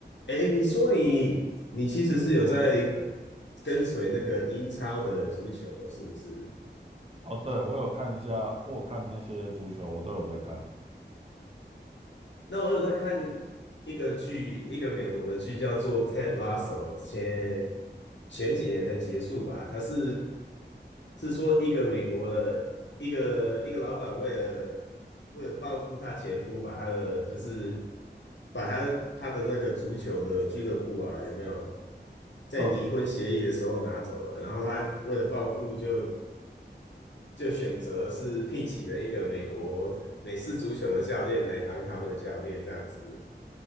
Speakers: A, on the left; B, on the right.
A: 哎，你说你你其实是有在跟跟随那个英超的足球的，是不是？
B: 哦，对，我有看一下，我有看那些足球，我都有在看。
A: 那我有在看一个剧，一个美国的剧叫做《Ted Lasso》，前前几年才结束吧。它是是说一个美国的一个一个老板为了为了报复他前夫，把他的就是把他他的那个足球的俱乐部啊，有没有在离婚协议的时候拿走了？
B: 嗯，
A: 然后他为了报复就。就选择是聘请了一个美国美式足球的教练来当他们的教练，这样子。